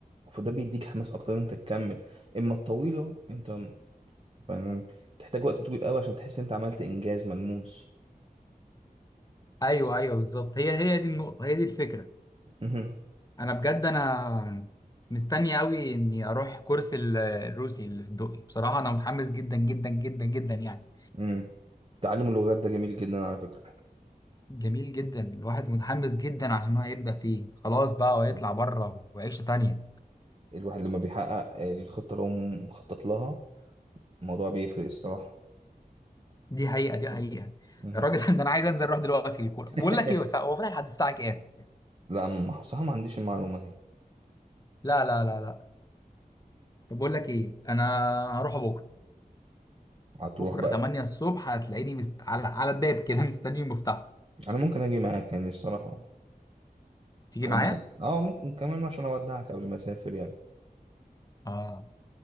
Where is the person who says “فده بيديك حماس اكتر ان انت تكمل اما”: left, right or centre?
Right